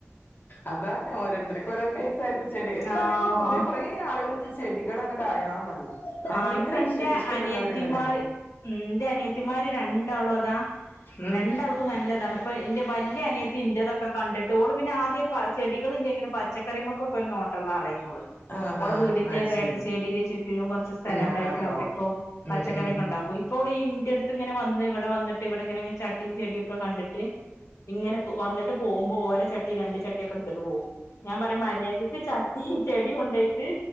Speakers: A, on the left; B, on the left.
A: അതാണ് ഓരോരുത്തർക്ക് ഓരോ കേസായിരിക്കും ചെടി ഇപ്പ
B: ആഹ്
A: അല്ലെങ്കിലും പൊതുവെ കുറേ ഏ ആളുകൾക്ക് ചെടികൾ അങ്ങ് ആയാ മതി. ഭയങ്കര
B: ആഹ് ഇപ്പൊ ന്റെ
A: ഇഷ് ഇഷ്ടപ്പെടുന്നവരുണ്ടല്ലോ
B: അനിയത്തിമാര് ഉം ന്റെ അനിയത്തിമാര് രണ്ടാള് അതാ
A: ഉം
B: രണ്ടാൾക്കും നല്ലതാണ് ഇപ്പൊ ഇന്റെ വല്യ അനിയത്തി ഇന്റേതൊക്കെ കണ്ടി ട്ട് ഓള് പിന്നെ ആദ്യ പ ചെടികൾല്ലെങ്കിലും പച്ചക്കറിമൊക്ക ഒക്കെ ഒരു നോട്ടള്ള ആളേഞ്ഞോള്
A: ആഹ്
B: ഓള
A: ആഹ്
B: വീടിന്റെ
A: അത്
B: ബേക്ക്
A: ശരി
B: സൈഡ്ല് ചുറ്റിലും കുറച്ച് സ്ഥലംണ്ടായിട്ട്
A: ഉണ്ടാക്കാറുണ്ടാവും
B: അവിടെക്കൊ പച്ചക്കറിക്ക
A: ഉം ഉം
B: ണ്ടാക്കും. ഇപ്പോള് ഇന്റെ അടുത്ത് ഇങ്ങനെ വന്ന് ഇവിടെ വന്നിട്ട് ഇവിടെ ഇങ്ങനെ ചട്ടിയും ചെടിയൊക്കെ കണ്ടിട്ട് ഇങ്ങനെ വന്നിട്ട് പോഉമ്പോ ഓരോ ചട്ടിയും രണ്ട് ചട്ടിയൊക്കെ എടുത്തിട്ട് പോകും. ഞാൻ പറയും മര്യാദയ്ക്ക് ചട്ടി ചെടി കൊണ്ടോയിട്ട്